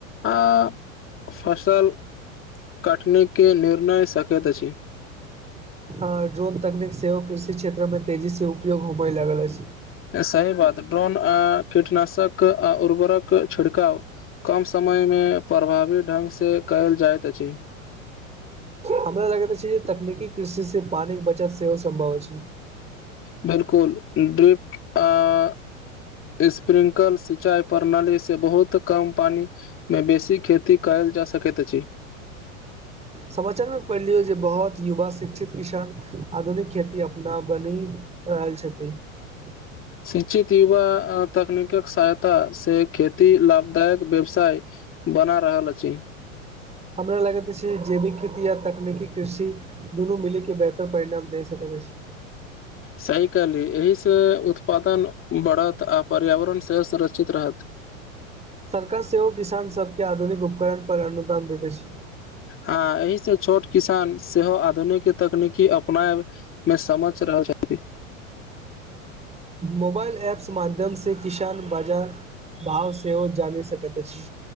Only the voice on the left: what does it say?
आ फसल काटने के निर्णय सकैत अछि।
ऐं सही बात ड्रोन ऐं कीटनाशक आ उर्वरक छिड़काव कम समय में प्रभावी ढंग सँ कयल जाइत अछि।
बिल्कुल इंड्रिप्ट आं स्प्रिंकल सिंचाई प्रणाली से बहुत कम पानी मे बेसी खेती कयल जा सकैत अछि।
शिक्षित युवा अ तकनीकक सहायता से खेती लाभदायक व्यवसाय बना रहल अछि।
सही कहली एहि से उत्पादन बढ़त आ पर्यावरण सेहो सुरक्षित रहत।
आ एहि से छोट किसान सेहो आधुनिक तकनीकी अपनायब में समक्ष रहल छलथिन।